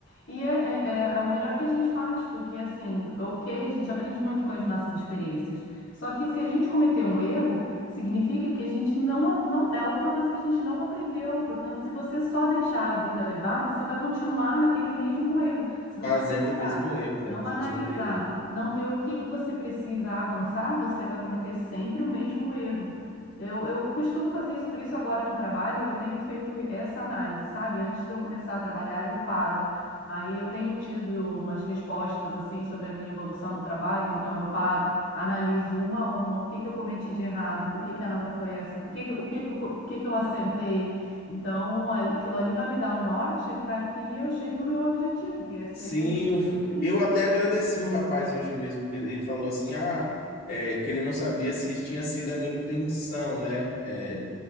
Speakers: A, on the left; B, on the left.
A: E é, é- é- é o melhor que a gente faz, porque assim, ok, a gente aprende muito com as nossas experiências. Só que se a gente cometer um erro, significa que a gente não, a- não é alguma coisa que a gente não aprendeu. Portanto, se você só deixar a vida levar, você vai continuar naquele mesmo erro. Se você
B: Fazendo
A: não parar,
B: o mesmo erro, né?
A: não
B: Se
A: analisar,
B: a gente não entender.
A: não ver o que que você precisa avançar, você vai cometer sempre o mesmo erro. Eu, eu costumo fazer isso, por isso agora no trabalho eu tenho feito essa análise, sabe? Antes de eu começar a trabalhar, eu paro. Aí eu tenho tido umas respostas assim sobre a minha evolução no trabalho, então eu paro, analiso uma a uma, o que que eu cometi de errado, por que que a nota foi essa, por que que, o que que, eu co- o que que eu acertei. Então aquilo ali vai me dar o norte para que eu chegue no meu objetivo, que é ser
B: Sim, eu, fui-
A: excelência.
B: eu até agradeci o rapaz hoje mesmo, que ele falou assim, ah, é, que ele não sabia se tinha sido a minha intenção, né? é,